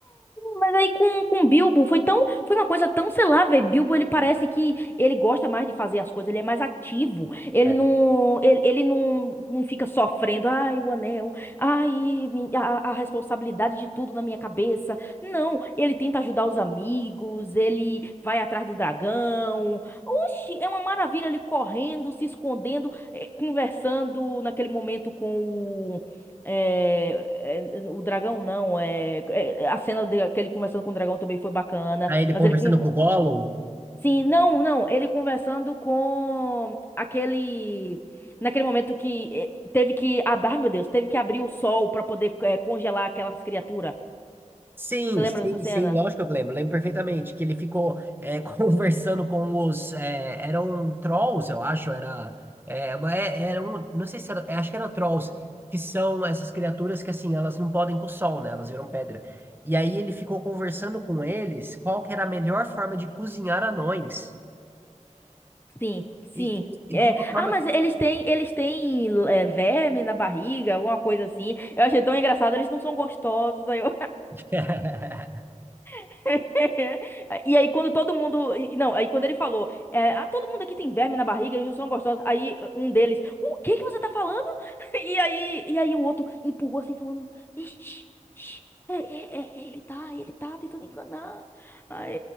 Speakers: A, on the left; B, on the right.
A: Mas aí com, com Bilbo foi tão, foi uma coisa tão, sei lá, velho. Bilbo ele parece que ele gosta mais de fazer as coisas, ele é mais ativo. Ele
B: É,
A: não, ele, ele não, não fica sofrendo, ai, o anel, ai, mi- a, a responsabilidade de tudo na minha cabeça. Não, ele tenta ajudar os amigos, ele vai atrás do dragão. Oxi, é uma maravilha ele correndo, se escondendo, eh, conversando naquele momento com o é, é, o dragão não, é, é- a cena dele que ele conversando com o dragão também foi bacana,
B: Aí ele
A: mas
B: conversando
A: ele com
B: com o Gollum,
A: Sim, não, não, ele conversando com aquele naquele momento que eh, teve que, ab- ai meu Deus, teve que abrir o sol pra poder eh, congelar aquelas criaturas.
B: Sim,
A: Você lembra
B: sim,
A: dessa cena?
B: sim, lógico que eu lembro, lembro perfeitamente que ele ficou é, <laughs> conversando com os, é, eram trolls, eu acho, era, é, uma- é- era um, não sei se era, é, acho que era trolls, que são essas criaturas que assim, elas não podem com o sol, né, elas viram pedra. E aí ele ficou conversando com eles qual que era a melhor forma de cozinhar anões,
A: Sim, sim.
B: e, e- e
A: É.
B: de uma forma...
A: Ah, mas eles têm, eles têm eh, verme na barriga, alguma coisa assim. Eu achei tão engraçado, eles não são gostosos. Aí eu...
B: <laughs>
A: <laughs> E aí, quando todo mundo. e- Não, aí quando ele falou, é, ah, todo mundo aqui tem verme na barriga, eles não são gostosos. Aí um deles, o que que você tá falando? <laughs> E aí, e aí o outro empurrou assim, falando, "Ixi, ixi, é, é, é, é, ele tá, ele tá tentando enganar. Aí,